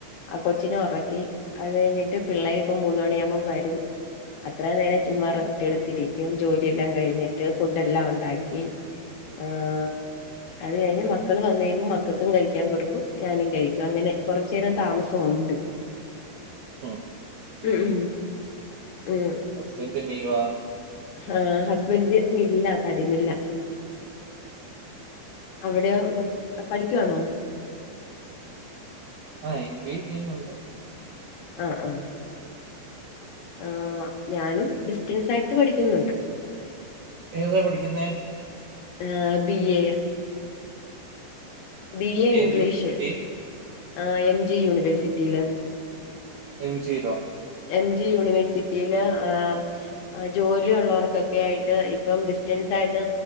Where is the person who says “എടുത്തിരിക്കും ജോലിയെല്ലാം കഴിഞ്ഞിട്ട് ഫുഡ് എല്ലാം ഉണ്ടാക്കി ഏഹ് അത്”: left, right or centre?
Left